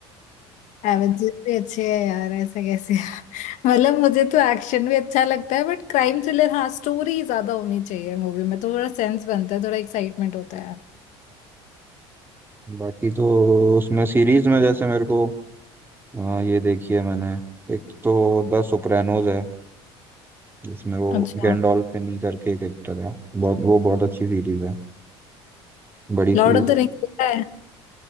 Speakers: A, on the left; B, on the right.
A: एवेंजर्स भी अच्छे है यार ऐसे कैसे <laughs> मतलब मुझे तो एक्शन भी अच्छा लगता है बट क्राइम थ्रिलर हाँ स्टोरी ज्यादा होनी चाहिए मूवी में तो थोड़ा सेंस बनता है थोड़ा एक्साइटमेंट होता है
B: बाकी तो उसमें सीरीज में जैसे मेरे को अ, ये देखी है मैंने एक तो द सोप्रानोज है जिसमें वो
A: अच्छा
B: गैंडोल्फिनी करके एक एक्टर है बहुत वो बहुत अच्छी सीरीज है बड़ी
A: लॉर्ड
B: सीरीज
A: ऑफ द रिंग्स देखा है